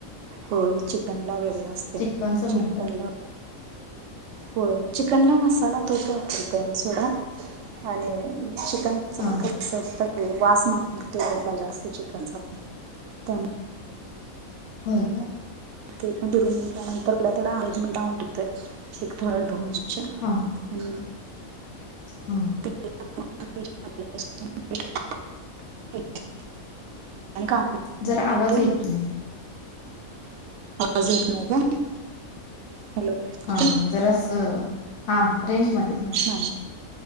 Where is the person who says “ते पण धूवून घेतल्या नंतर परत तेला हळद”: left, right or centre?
Right